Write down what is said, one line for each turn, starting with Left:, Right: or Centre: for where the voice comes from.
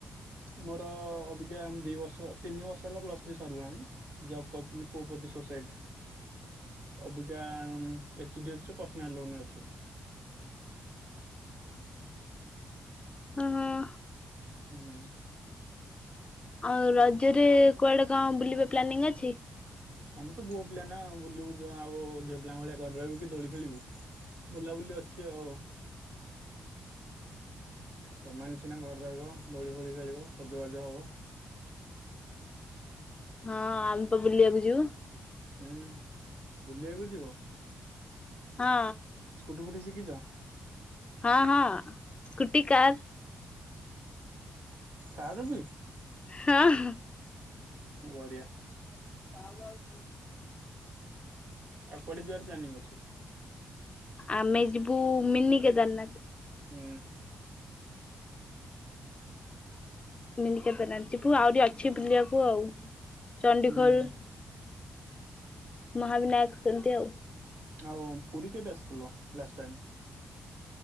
Right: ମୋ ତ ଅଭିକା ଦି ବର୍ଷ ତିନି ବର୍ଷ ହେଲା ପ୍ଲସ ଥ୍ରୀ ସରିଲାଣି। ଜବ୍ କରିଥିଲି କୋ ପଟି ସୋସାଈଟିରେ ଅବି କା ଏଚ-ଡି-ଏଫସି ପର୍ଶିନାଲ ଲୋନରେ ଅଛି।
Left: ହଁ ହଁ।
Right: ହୁଁ।
Left: ଆଉ ରଜରେ କୁଆଡେ କଣ ବୁଲିବା ପ୍ଲାନିଂ ଅଛି?
Right: ଆମେ ତ ପୁଅ ପିଲା ନା ବୁଲିବୁ ଆଉ ଝିଅ ପିଲା ଭଳିଆ ଘରେ ରହିବୁ କି ଦୋଳି ଖେଳିବୁ ବୁଲାବୁଲି ଅଛି ଆଉ ତମମା ତମେ ସିନା ଘରେ ରହିବ ଦୋଳି ଫୋଳି ଖେଳିବ ସଜବାଜ ହବ।
Left: ହଁ ଆମେ ତ ବୁଲିବାକୁ ଯିବୁ।
Right: ହୁଁ ବୁଲିବାକୁ ଯିବ?
Left: ହଁ।
Right: ରୁଟି ଫୁଟି ଶିଖିଛ?
Left: ହଁ ହଁ। ସ୍କୁଟି କାର୍
Right: କାର ବିି?
Left: ହଁ
Right: ଓଡ଼ିଆ,
Left: କ <unintelligible>
Right: ଆଉ କୁଆଡେ ଯିବାର ପ୍ଲାନିଂ ଅଛି?
Left: ଆମେ ଜିବୁ ମିନି କେଦାରନାଥ।
Right: ହୁଁ,
Left: ମିନିକେଦାର ନାଥ ଯିବୁ ଆହୁରି ଅଛି ବୁଲିବାକୁ ଆଉ। ଚଣ୍ଡିଖୋଲ,
Right: ହୁଁ
Left: ମହାବିନାୟକ ସେମତିଆଉ
Right: ଆଉ ପୁରୀ କେବେ ଆସିଥିଲ ଲାଷ୍ଟ ଟାଇମ୍